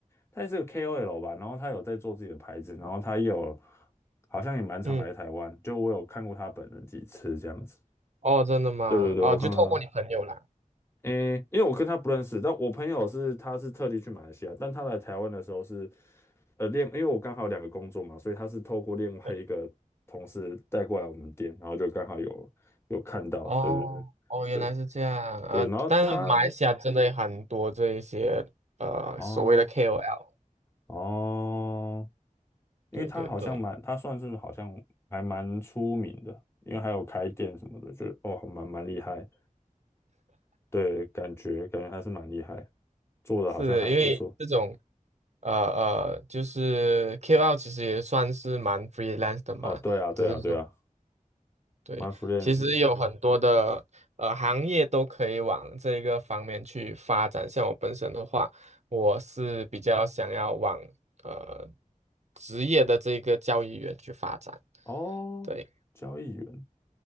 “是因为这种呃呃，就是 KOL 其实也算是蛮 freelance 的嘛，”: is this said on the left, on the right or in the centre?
Right